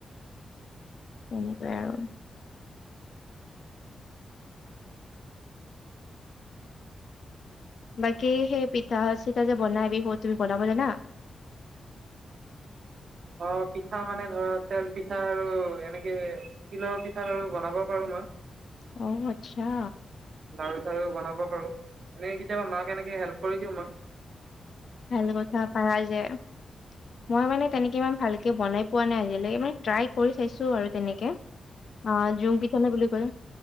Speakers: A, on the left; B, on the right.
A: তেনেকুৱাই আৰু বাকী সেই পিঠা চিঠা যে বনাই বিহুত, তুমি বনাব জানা?
B: অ', পিঠা মানে ধৰা তেল পিঠা আৰু এনেকে তিলৰ পিঠা লাড়ু বনাব পাৰো মই।
A: অ, আচ্ছা।
B: লাৰু-চাৰু বনাব পাৰো, এনে কেতিয়াবা মাক এনেকে হেল্প কৰি দিওঁ মই।
A: ভাল কথা পাৰা যে। মই মানে তেনেকে ইমান ভালকে বনাই পোৱা নাই আজিলৈকে মানে ট্ৰাই কৰি চাইছো আৰু তেনেকে। অ, জুম পিঠা নে বুলি কয়।